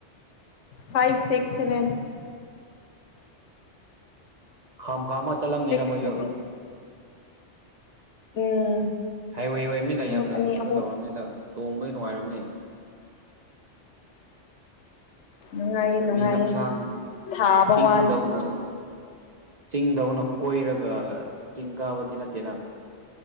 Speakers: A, on the left; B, on the right.
A: ꯐꯥꯏꯞ ꯁꯤꯛꯁ ꯁꯕꯦꯟ
B: ꯈꯝ ꯈꯥꯝꯃ ꯆꯠꯂꯝꯅꯤꯅ
A: ꯁꯤꯛꯁ
B: ꯃꯣꯏꯁꯨ
A: ꯁꯚꯦꯟ ꯎꯝ
B: ꯍꯥꯏꯋꯦ ꯑꯣꯏꯝꯅꯤꯅ
A: ꯅꯨꯃꯤꯠ
B: ꯌꯥꯝꯅ
A: ꯑꯅꯤ
B: ꯀꯩꯅꯣ
A: ꯑꯍꯨꯝ
B: ꯇꯧꯔꯝꯅꯤꯗ ꯇꯣꯡꯕꯗꯤ ꯅꯨꯡꯉꯥꯏꯔꯝꯅꯤ
A: ꯅꯨꯡꯉꯥꯏꯌꯦ
B: ꯂꯝꯕꯤ
A: ꯅꯨꯡꯉꯥꯏꯌꯦ
B: ꯂꯝꯁꯥꯡ
A: ꯁꯥꯕ
B: ꯆꯤꯡꯗꯧꯅ
A: ꯋꯥꯅꯤ
B: ꯆꯤꯡꯗꯧꯅ ꯀꯣꯏꯔꯒ ꯆꯤꯡ ꯀꯥꯕꯗꯤ ꯅꯠꯇꯦꯅ